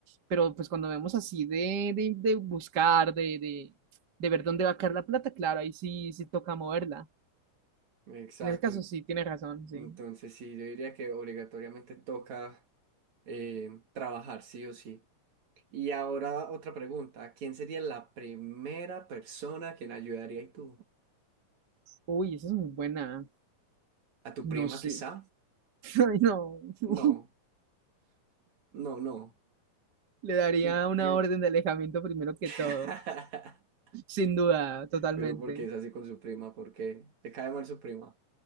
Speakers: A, on the right (about 40°); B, on the right (about 55°).
A: Pero pues cuando vemos así de, de, de buscar, de, de, de ver dónde va a caer la plata, claro, ahí sí, sí toca moverla.
B: Exacto.
A: En ese caso
B: en-
A: sí, tiene razón, sí.
B: Entonces sí, yo diría que obligatoriamente toca eh, trabajar sí o sí. Y ahora otra pregunta, ¿quién sería la primera persona a quien ayudaría y tú?
A: Uy, esa es muy buena.
B: ¿A tu
A: No
B: prima
A: sé.
B: quizá?
A: <laughs> Ay, no. <laughs>
B: No, no, no.
A: Le daría
B: ¿Qué-
A: una
B: qué?
A: orden de alejamiento primero que
B: <laughs>
A: todo. Sin duda, totalmente.
B: Pero porque es así con su prima? porque ¿Te cae mal su prima?